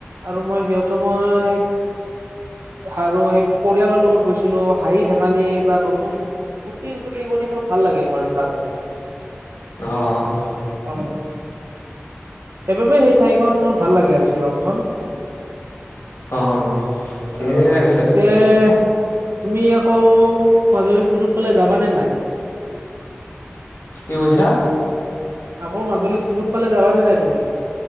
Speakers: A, on the right; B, on the left.
A: আৰু মই যিহেতু মই আৰু সেই পৰিয়ালৰ লগত গৈছ ছিলো হাঁহি -ধেমালি বা নতুন ফূৰ্তি - চুৰ্তি কৰি মোৰ ভাল লাগে মানে তাত যাই।
B: অ',
A: অহ', সেইবাবে সেই ঠাইখন মোৰ ভাল লাগে আৰু শ্বিলংখন।
B: অ', ঠিকে
A: অ,
B: আছে।
A: যে এ তুমি আকৌ মাজুলীত সুযোগ পালে যাবা নে নাই?
B: কি কৈছা?
A: আকৌ মাজুলীত সুযোগ পালে যাবা নে নাই তুমি?